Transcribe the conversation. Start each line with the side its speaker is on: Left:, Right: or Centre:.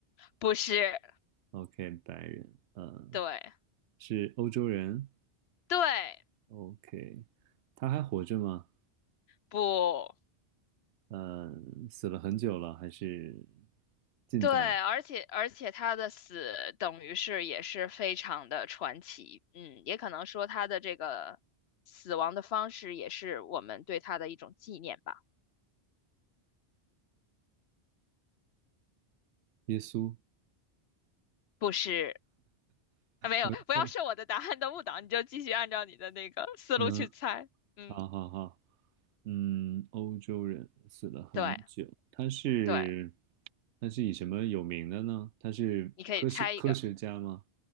Left: 不是，
Right: ？OK，白人。呃，
Left: 对
Right: 是欧洲人
Left: 对
Right: ？OK，他还活着吗？
Left: 不
Right: 呃，死了很久了，还是近代？
Left: 对，而且而且他的死等于是也是非常的传奇，嗯，也可能说他的这个死亡的方式也是我们对他的一种纪念吧，
Right: 耶稣
Left: 不是，啊，没有，
Right: ？OK，
Left: 不要受我的答案的误导，你就继续按照你的那个思路去猜，
Right: 嗯，
Left: 嗯，
Right: 好好好，嗯，欧洲人死了很久，
Left: 对
Right: 他是
Left: 对，
Right: 他是以什么有名的呢？他是科学科学家吗？
Left: 你可以猜一个，